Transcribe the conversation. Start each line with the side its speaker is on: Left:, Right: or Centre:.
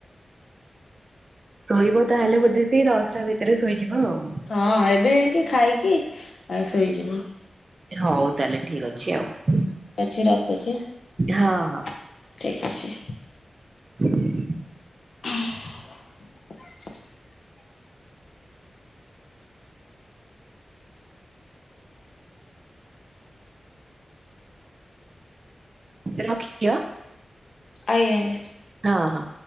Right: ଶୋଇବ ତାହେଲେ ବୋଧେ ସେ ଦଶଟା ଭିତରେ ଶୋଇଯିବ ଆଉ।
Left: ହଁ ଏବେ ଯାଇକି ଖାଇକି ଆ ଶୋଇଯିବୁ।
Right: ହଉ ତାହେଲେ ଠିକ ଅଛି ଆଉ।
Left: ଅଛି ରଖୁଛି
Right: ହଁ ହଁ
Left: ଠିକ ଅଛି।
Right: ହୁଁ।
Left: <inaudible>
Right: ରଖିଦିଅ।
Left: ଆଜ୍ଞା ଆଜ୍ଞା।
Right: ହଁ ହଁ।